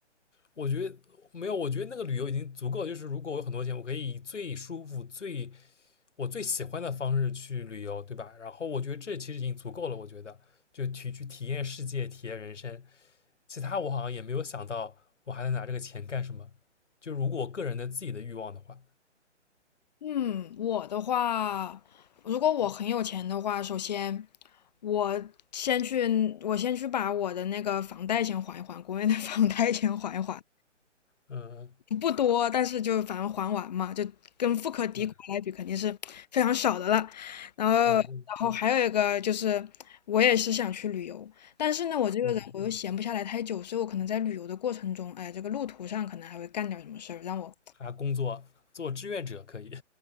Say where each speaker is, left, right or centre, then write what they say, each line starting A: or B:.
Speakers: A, on the left; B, on the left.
A: 我觉得没有，我觉得那个旅游已经足够了就是如果我有很多钱，我可以以最舒服、最我最喜欢的方式去旅游，对吧？然后我觉得这其实已经足够了。我觉得就体去体验世界，体验人生。其他我好像也没有想到我还能拿这个钱干什么。就如果我个人的自己的欲望的话，
B: 嗯，我的话，如果我很有钱的话，首先我先去，我先去把我的那个房贷先还一还，国内的 <laughs> 房贷先还一还，
A: 嗯
B: 不多，但是就反正还完嘛，就跟富可敌国来比，
A: 嗯
B: 肯定是非常少的了。然后，然后还有一个就是，
A: 嗯
B: 我也是想去旅游，但是呢，我这个人我又闲不下来太久，
A: 嗯，嗯
B: 所以我可能在旅游的过程中，哎，这个路途上可能还会干点什么事儿，让我
A: 还工作做志愿者可以，